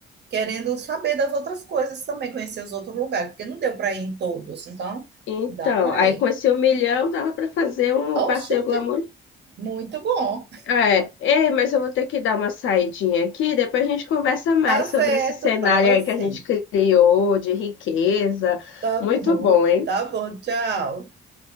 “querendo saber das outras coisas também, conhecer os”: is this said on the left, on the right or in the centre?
Right